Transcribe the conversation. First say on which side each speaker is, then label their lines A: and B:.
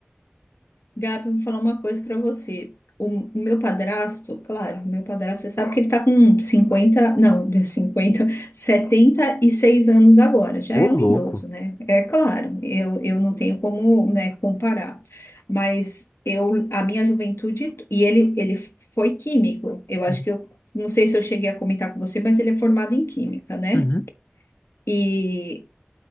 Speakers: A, on the left (about 80°); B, on the left (about 55°).
A: Gabi, eu vou falar uma coisa pra você. O, o meu padrasto, claro, o meu padrasto, você sabe que ele tá com 50, não, <laughs> cinquenta, setenta e seis anos agora, já
B: Ô,
A: é
B: louco.
A: um idoso, né? É claro, eu, eu não tenho como, né, comparar, mas eu, a minha juventude, e ele, ele foi químico, eu acho
B: Uhum,
A: que eu, não sei se eu cheguei a comentar com você, mas ele é formado em química, né?
B: uhum,
A: E